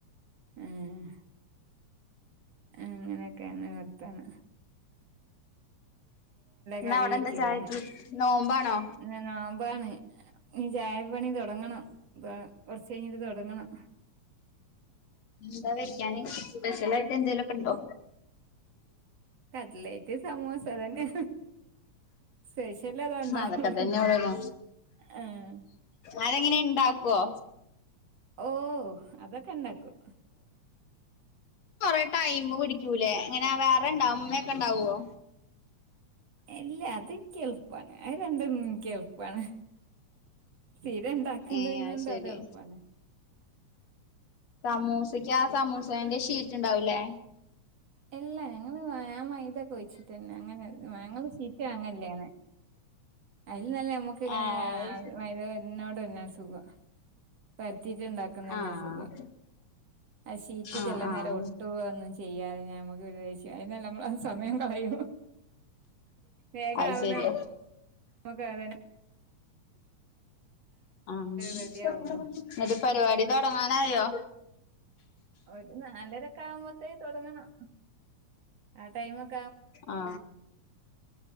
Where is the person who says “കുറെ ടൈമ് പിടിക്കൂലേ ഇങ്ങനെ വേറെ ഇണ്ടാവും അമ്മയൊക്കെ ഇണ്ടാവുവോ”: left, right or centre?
Left